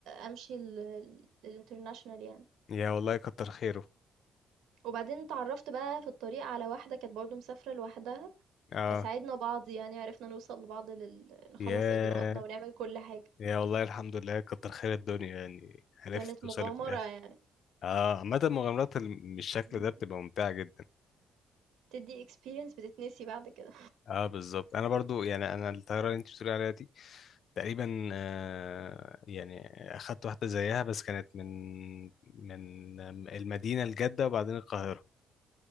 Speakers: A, on the right (about 85°); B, on the left (about 60°).
A: أمشي لل للinternational يعني.
B: يا والله كتر خيره
A: وبعدين اتعرّفت بقى في الطريق على واحدة كانت برضه مسافرة لوحدها،
B: اه
A: فساعدنا بعض يعني عرفنا نوصل لبعض لل نخلّص
B: يا
A: إجراءاتنا ونعمل كل حاجة.
B: يا والله الحمد لله كتر خير الدنيا يعني عرفت
A: كانت
B: توصلي
A: مغامرة
B: في الاخر
A: يعني،
B: اه عامة مغامرات الم- بالشكل
A: إمم،
B: ده بتبقى ممتعة جدا
A: بتدّي experience بتتنسي بعد كده.
B: اه بالظبط انا
A: <laughs>
B: برضو يعني انا الطياره اللي انت بتقولي عليها دي تقريبا آه يعني اخدت واحده زيها بس كانت من من المدينه لجده وبعدين القاهره